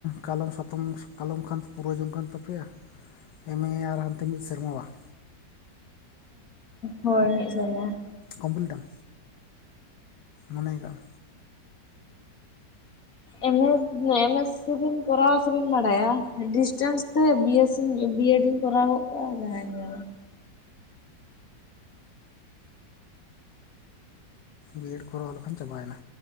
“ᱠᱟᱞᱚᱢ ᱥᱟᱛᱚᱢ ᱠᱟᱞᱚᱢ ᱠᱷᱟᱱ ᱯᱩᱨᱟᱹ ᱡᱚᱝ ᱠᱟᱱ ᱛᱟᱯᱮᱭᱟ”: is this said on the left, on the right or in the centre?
Left